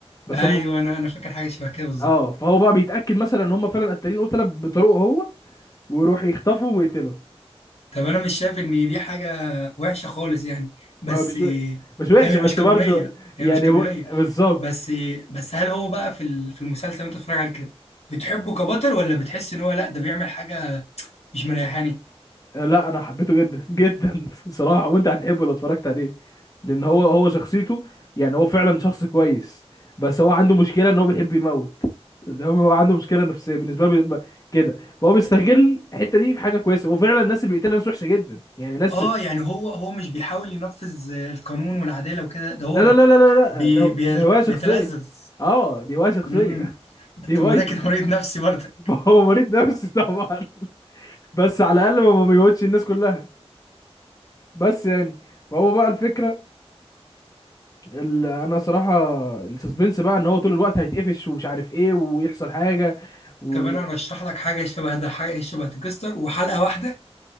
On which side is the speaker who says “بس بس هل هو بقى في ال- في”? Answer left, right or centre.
Left